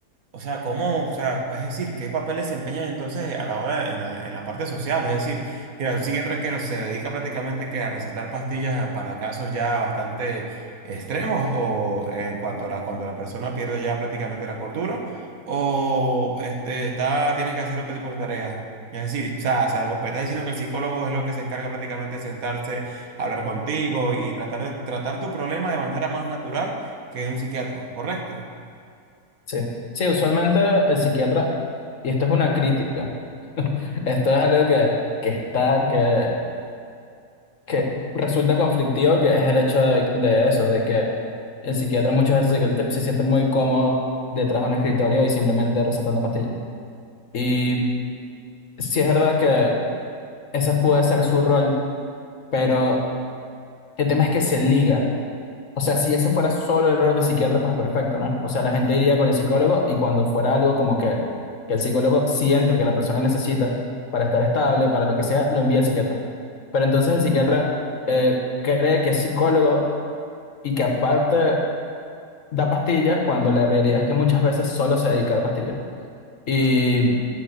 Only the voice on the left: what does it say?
Sí, sí, usualmente el psiquiatra, y esto es una crítica, esto es algo que, que está, que, que resulta conflictivo, que es el hecho de, de eso, de que el psiquiatra muchas veces se, se siente muy cómodo detrás de un escritorio y simplemente recetando pastillas. Y sí es verdad que ese puede ser su rol, pero el tema es que se liga. O sea, si ese fuera solo el rol de psiquiatra, pues perfecto, ¿no? O sea, la gente iría con el psicólogo y cuando fuera algo como que, que el psicólogo siente que la persona necesita para estar estable, para lo que sea, lo envía al psiquiatra. Pero entonces el psiquiatra eh, cree que es psicólogo y que aparte da pastillas cuando la realidad es que muchas veces solo se dedica a la pastilla. Y,